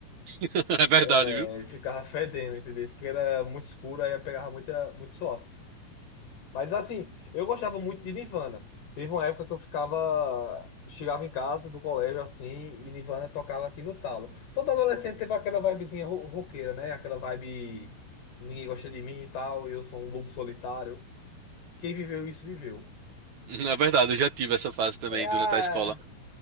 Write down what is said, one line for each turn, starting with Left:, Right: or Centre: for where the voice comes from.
Right: <laughs> É verdade,
Left: É,
Right: viu?
Left: ele ficava fedendo, entendeu? Porque era muito escuro, aí pegava muita, muito suor. Mas assim, eu gostava muito de Nirvana. Teve uma época que eu ficava, chegava em casa do colégio assim, e Nirvana tocava aqui no talo. Todo adolescente teve aquela vibezinha ro- roqueira, né? Aquela vibe ninguém gosta de mim e tal, eu sou um lobo solitário. Quem viveu isso, viveu.
Right: Hum, É verdade, eu já tive essa fase também
Left: É, é a...
Right: durante a escola.